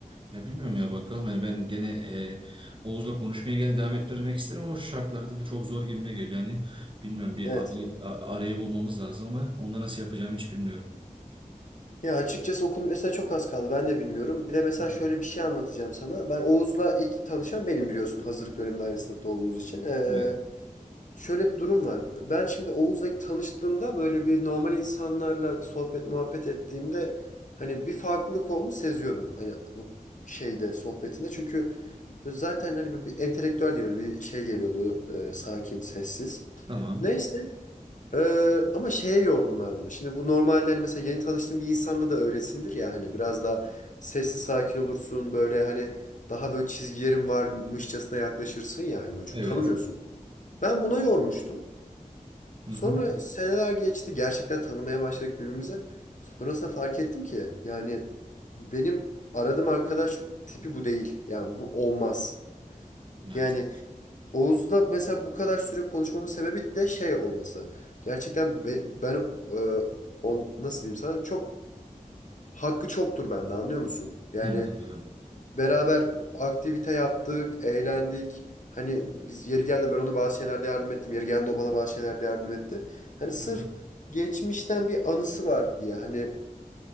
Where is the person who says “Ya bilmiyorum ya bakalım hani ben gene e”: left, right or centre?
Right